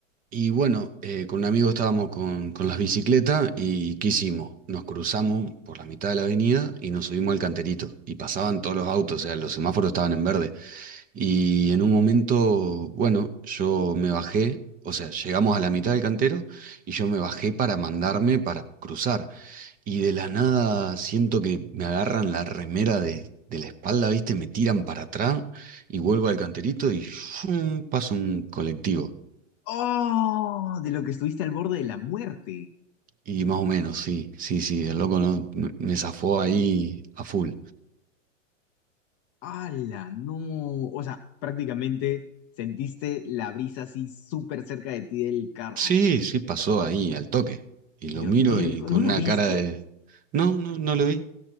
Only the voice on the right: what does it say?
Y bueno, eh, con un amigo estábamos con, con las bicicletas y ¿qué hicimos? Nos cruzamos por la mitad de la avenida y nos subimos al canterito. Y pasaban todos los autos, o sea, los semáforos estaban en verde. Y en un momento, bueno, yo me bajé, o sea, llegamos a la mitad del cantero y yo me bajé para mandarme para cruzar. Y de la nada siento que me agarran la remera de, de la espalda, ¿viste? Me tiran para atrás y vuelvo al canterito y ¡fum! paso un colectivo.
Y más o menos, sí, sí, sí, el loco no, me me zafó ahí a full.
Sí, sí, pasó ahí al toque. Y
lo miro
y
con
una
cara de... No, no, no lo vi.